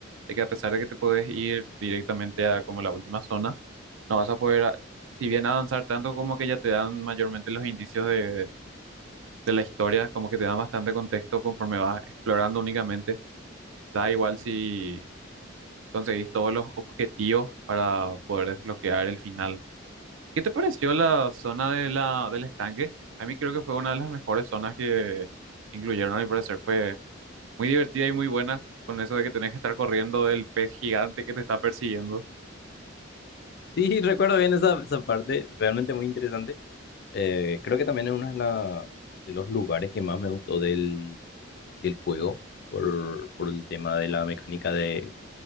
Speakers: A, on the right; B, on the left.
A: de que a pesar de que te puedes ir directamente a como la última zona, no vas a poder... a- Si bien avanzar tanto como que ya te dan mayormente los indicios de, de la historia, como que te dan bastante contexto conforme vas explorando únicamente. Da igual si conseguís todos los objetivos para poder desbloquear el final. ¿Qué te pareció la zona de la, del estanque? A mí creo que fue una de las mejores zonas que incluyeron, a mi parecer. Fue muy divertida y muy buena con eso de que tenés que estar corriendo del pez gigante que te está persiguiendo.
B: Sí, <laughs> recuerdo bien esa, esa parte, realmente muy interesante. Eh, creo que también es uno de, la- de los lugares que más me gustó del, del juego por, por el tema de la mecánica de